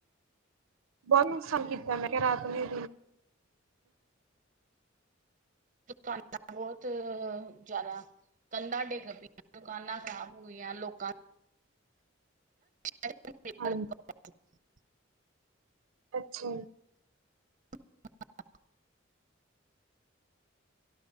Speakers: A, on the right; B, on the right.
A: ਬਹੁਤ ਨੁਕਸਾਨ ਕੀਤਾ ਮੈਂ ਕਿਹਾ ਰਾਤ ਨੇ
B: <inaudible> ਬਹੁਤ ਜ਼ਿਆਦਾ ਕੰਧਾਂ ਡਿੱਗ ਪਈਆਂ ਦੁਕਾਨਾਂ ਖਰਾਬ ਹੋਈਆਂ ਲੋਕਾਂ ਦੀਆ
A: <inaudible>
B: <inaudible>
A: ਹਾਂਜੀ ਅੱਛਾ।
B: <inaudible>